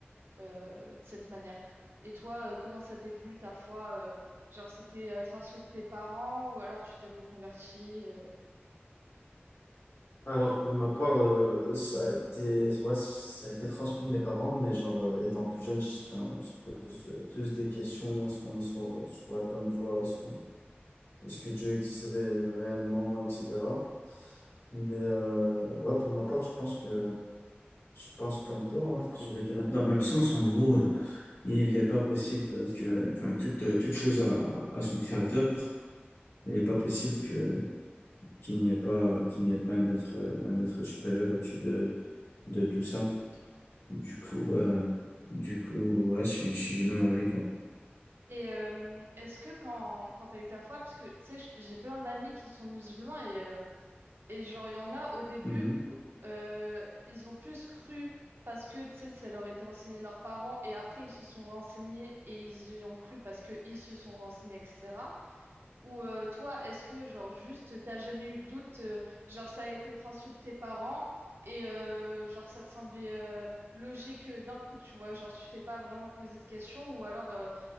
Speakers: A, on the right (about 70°); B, on the left (about 80°).
A: euh, de cette manière. Et toi, euh, comment ça t'est venu ta foi? euh, genre, c'était euh, transmis de tes parents ou alors tu t'es reconverti? euh
B: Alors pour ma part, euh, ça a été, ouais, ça a été transmis de mes parents, mais genre euh, étant plus jeune, j'- enfin, on se pose euh, tous des questions, est-ce qu'on est sur, sur la bonne voie, est-ce qu'on- est-ce que Dieu existerait réellement, etc. Mais euh, ouais, pour ma part, je pense que je pense comme toi, hein, que Je vais dans dans le même sens, en gros. Il n'est pas possible que, enfin, toute, euh, toute chose a, a son créateur. Il n'est pas possible que, qu'il n'y ait pas, qu'il n'y ait pas un être, euh, un être supérieur au-dessus de, de tout ça. Du coup, euh, du coup, ouais, je, suis je suis du même avis, quoi.
A: Et euh, est-ce que quand, quand t'as eu ta foi, parce que tu sais, j'ai plein d'amis qui sont musulmans et, euh, et genre, il y en a au début,
B: Mhm.
A: euh, ils ont plus cru parce que tu sais, ça leur était enseigné de leurs parents et après ils se sont renseignés et ils y ont cru parce qu'ils se sont renseignés, etc. Ou euh, toi, est-ce que genre juste t'as jamais eu de doute, euh, genre ça a été transmis de tes parents et euh, genre ça te semblait euh, logique euh, d'un coup, tu vois, genre tu t'es pas vraiment posé de questions ou alors euh,